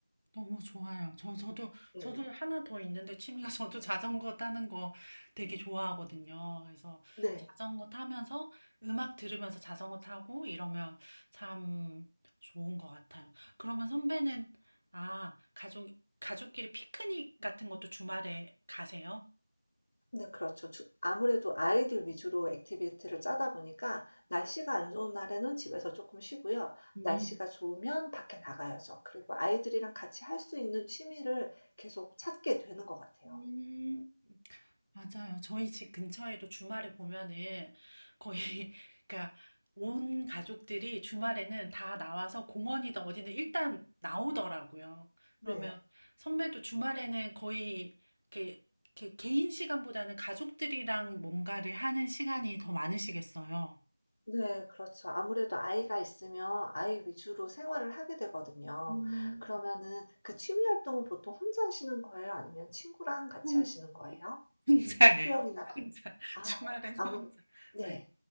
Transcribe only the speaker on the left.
네.
네.
네, 그렇죠. 주- 아무래도 아이들 위주로 액티비티를 짜다 보니까 날씨가 안 좋은 날에는 집에서 조금 쉬고요.
날씨가 좋으면 밖에 나가야죠. 그리고 아이들이랑 같이 할 수 있는 취미를 계속 찾게 되는 것 같아요.
네.
네 그렇죠. 아무래도 아이가 있으면 아이 위주로 생활을 하게 되거든요.
그러면은 그 취미 활동은 보통 혼자 하시는 거예요? 아니면 친구랑 같이
하시는
거예요?
수영이나 혼자요.
뭐 아
아무래
네.